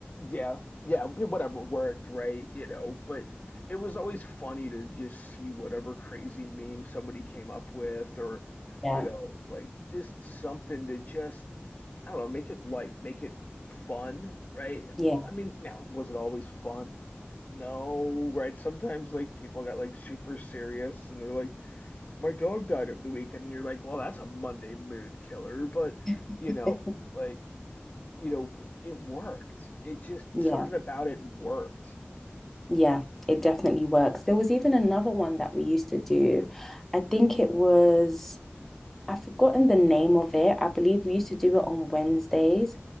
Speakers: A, on the left; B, in the centre.
A: yeah, yeah, yeah, whatever worked, right? You know, but it was always funny to just see whatever crazy meme somebody came up with or,
B: <laughs> Yeah.
A: you know, like just something to just, I don't know, make it light, make it fun, right?
B: Yeah.
A: I mean, now, was it always fun? No, right? Sometimes like people got like super serious and they're like, my dog died over the weekend and you're like well that's a monday mood killer but
B: <laughs>
A: you know like you know it worked it just
B: Yeah,
A: something about it worked
B: yeah, it definitely works. There was even another one that we used to do. I think it was I've forgotten the name of it. I believe we used to do it on Wednesdays.